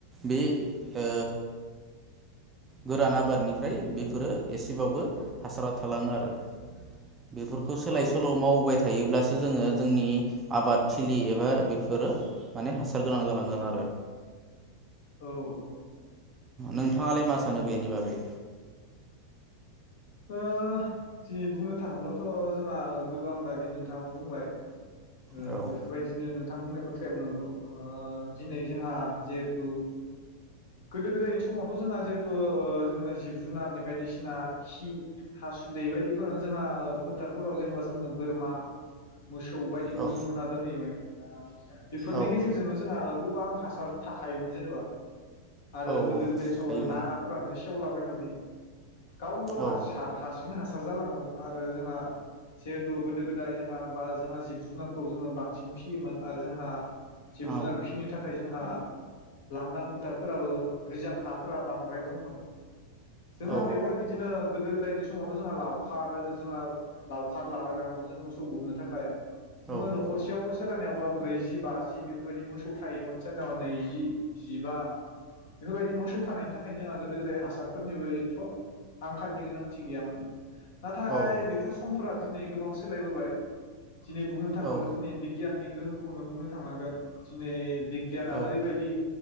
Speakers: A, on the right; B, on the left.
A: बे ओ गोरान आबादनिफ्राय बेफोरो एसेबाबो हासारा थालाङो आरो बेफोरखौ सोलाय
B: औ
A: सोल' मावबाय थायोब्लासो जोङो जोंनि आबाद थिलि एबा बेफोरो माने हासार गोनां जालांगोन आरो
B: औ औ
A: नोंथाङालाय मा सानो बेनि बागै
B: ओ दिनै बुंनो थाङोब्लाथ' जोंहा गोबां दानि नोंथाङाबो बुंबाय ओ
A: औ
B: बेफोरबायदिनो नोंथां बुंनाय बाथ्रायाबो नांगौ दिनै जोंहा जिहेथु गोदो गोदायनि समावथ' जोंहा जिहेथु ओ जोङो जिब जुनारनि बायदिसिना खि हासुदै बायदिफोरावनो जोंहा फोथारफोराव जेनेबा जोङो बोरमा मोसौ बायदिखौ
A: औ
B: जों होना दोनहैयोमोन दा बेफोरनि
A: औ
B: गेजेरजोंनो जोंहा ओ गोबां हासार थाखायोमोन जेनेबा आरो
A: औ
B: गोदो गोदायनि समाव
A: थायोमोन
B: नाराफोरानो सेव सेवला बायनानै गावनो गाव हारसि-
A: औ
B: हारसिंनो हार हासार जालाङोमोन आरो जोंहा जिहेथु गोदो गोदाय जोंहा बा जोंहा जिब जुनारखौ जोङो बांसिन फियोमोन आरो जोंहा जिब
A: औ
B: जुनार फिसिनो थाखाय जोंहा दा लान्दां फोथार खो फोराबो रिजार्भ हा फोर फोर बांद्राय दंमोन जोंहा
A: औ
B: बेवहाय बिदिनो गोदो गोदायनि समावथ' जोंहा लावखार जोंहा लावखार लालाय लाङोमोन जों मोसौ गुमनो थाखाय जोङो
A: औ
B: न'खरसेयावनो सोर आनावबा ब्रैजि बाजि बेफोरबायदि मोसौ थायोमोन सोरनावबा नैजि जिबा बेफोरबायदि मोसौ थानायनि थाखायनो जोंहा गोदो गोदाय हासारफोरनिबो एथ' आंखालनि गोनांथि गैयामोन। नाथाय
A: औ
B: बेफोर समफोरा दिनै गोबां सोलायबोबाय दिनै बुंनो थाङोब्ला
A: औ
B: दिनै बिगियाननि गोहोमखौनो बुंनो थांनांगोन दिनै बिगियाना
A: औ
B: ओरैबायदि